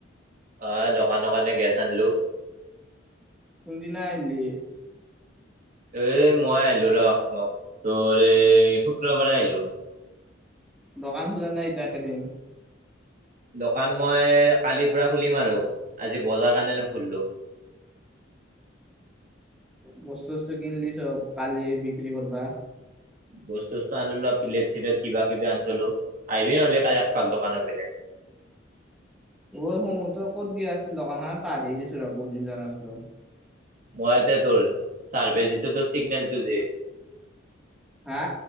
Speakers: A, on the right (about 45°); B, in the centre.
A: অ দোকানৰ কাৰনে গেছ আনলো।
B: কোনদিনা আহিলি?
A: এ মই আহিলো ৰ ম তৰ এই শুক্ৰবাৰে আহিলো।
B: দোকান খুলা নাই এতিয়া এইকেইদিন?
A: দোকান মই কালিৰ পৰা খুলিম আৰু আজি বজাৰ কাৰণে নুখুলিলো।
B: বস্তু - চস্তু কিনলি চব কালি বিক্ৰী কৰবা?
A: বস্তু-চস্তু আনলু ৰহ পিলেট-চিলেট কিবা কিবি আন থলো, আহিবি নহলে কালি এক পাক দোকানৰ পিনে।
B: ঐ শুন তই কত দিয়া আছিল দোকানখান পাহৰিয়ে গৈছোঁ ৰ বহুত দিন যোৱা নাছিলো।
A: মই ইয়াতে তোৰ চাৰভেজিটো তোৰ চিগ্নেলটো যে।
B: হা?